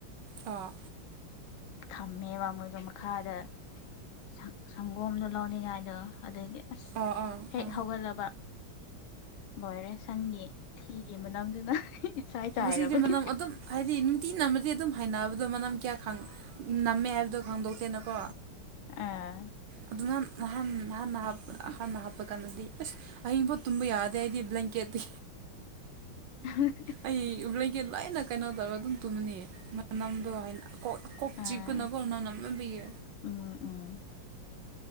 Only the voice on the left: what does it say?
ꯊꯝꯃꯦꯕ ꯃꯣꯏꯗꯣ ꯃꯈꯥꯗ ꯁꯪ ꯁꯪꯒꯣꯝꯗꯣ ꯂꯧꯅꯤꯡꯉꯥꯏꯗꯣ ꯑꯗꯨꯒꯤ ꯑꯁ
ꯍꯦꯛ
ꯍꯧꯒꯠꯂꯕ ꯂꯣꯏꯔꯦ ꯁꯟꯒꯤ ꯊꯤꯒꯤ ꯃꯅꯝꯗꯨꯅ ꯏꯁꯥꯏ ꯆꯥꯏꯔꯕꯅꯤ
ꯑ
<unintelligible>
ꯑꯥ
ꯎꯝ ꯎꯝ